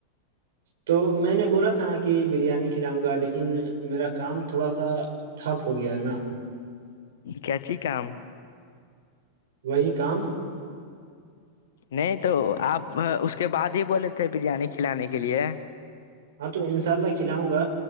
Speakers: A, on the right; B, on the left.
A: تو میں نے بولا تھا نا کہ بریانی کھلاؤں گا لیکن میرا کام تھوڑا سا ٹھپ ہو گیا ہے نا
B: کیاچی کام
A: وہی کام
B: نہیں تو آپ اس کے بعد ہی بولے تھے بریانی کھلانے کے لیے
A: ہاں تو ان شاء اللہ کھلاؤں گا